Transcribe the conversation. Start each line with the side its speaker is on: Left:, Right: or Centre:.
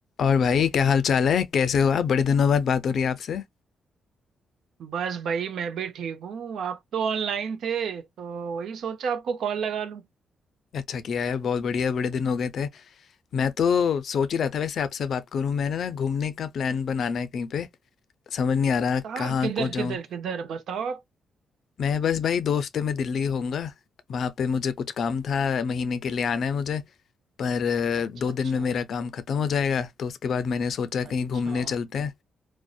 Left: और भाई क्या हाल चाल है कैसे हो आप बड़े दिनों बाद बात हो रही है आपसे
Right: बस भाई मैं भी ठीक हूँ आप तो ऑनलाइन थे तो वही सोचा आपको कॉल लगा लूँ
Left: अच्छा किया है बहुत बढ़िया बड़े दिन हो गए थे मैं तो सोच ही रहा था वैसे आपसे बात करूं मैंने ना घूमने का प्लान बनाना है कहीं पे समझ नहीं आ रहा
Right: कहाँ
Left: कहाँ
Right: किधर
Left: को
Right: किधर
Left: जाऊं
Right: किधर बताओ आप
Left: मैं बस भाई दो हफ्ते में दिल्ली होऊंगा वहाँ पे मुझे कुछ काम था महीने के लिए आना है मुझे पर
Right: अच्छा
Left: अ, दो
Right: अच्छा
Left: दिन में मेरा काम खत्म हो जाएगा तो उसके बाद मैंने सोचा कहीं
Right: अच्छा
Left: घूमने चलते हैं